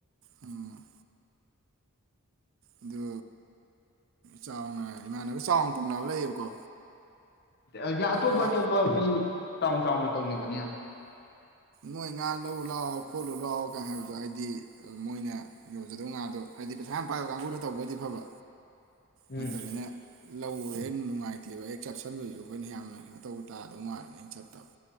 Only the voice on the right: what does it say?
ꯎꯝ ꯑꯗꯨ ꯆꯥꯎꯉ ꯏꯃꯥꯟꯅꯕ ꯆꯥꯎꯅ ꯇꯣꯡꯅꯕ ꯂꯩꯌꯦꯕꯀꯣ
ꯉꯥ
ꯅꯣꯏ ꯉꯥ ꯂꯧ ꯂꯥꯛꯑꯣ ꯈꯣꯠꯂꯨ ꯂꯥꯛꯑꯣ ꯀ ꯍꯥꯏꯕꯗꯣ ꯍꯥꯏꯗꯤ ꯃꯣꯏꯅ ꯌꯣꯟꯖꯗꯧ ꯉꯥꯗꯣ ꯍꯥꯏꯗꯤ ꯄꯩꯁꯥ ꯌꯥꯝ ꯄꯥꯏꯕ ꯀꯥꯡꯒꯨꯅ ꯇꯧꯕꯗꯤ ꯐꯕ
ꯍꯇꯣ ꯃꯤ ꯂꯧꯔ ꯍꯦꯟꯅ ꯅꯨꯡꯉꯥꯏꯇꯦꯕ ꯍꯦꯛ ꯆꯠꯁꯟꯕꯗꯨꯁꯨ ꯑꯩꯈꯣꯏꯅ ꯌꯥꯝꯅ ꯀꯩꯅꯣ ꯇꯧꯕ ꯇꯥꯗꯧ ꯃꯥꯥꯟꯜꯂꯤꯉ ꯑꯩꯅ ꯆꯠꯇꯕ